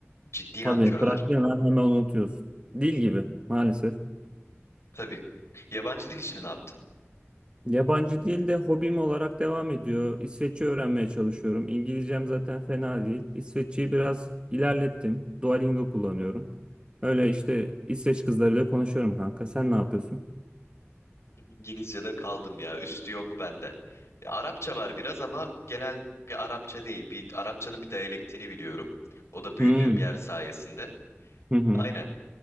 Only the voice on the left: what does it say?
Ciddi
nankörler.
Tabii. Yabancı dil işini ne yaptın?
İngilizce'de kaldım ya. Üstü yok bende. Ya Arapça var biraz ama genel bir Arapça değil. Bir Arapçanın bir diyalektini biliyorum. O da büyüdüğüm
yer sayesinde.
Aynen.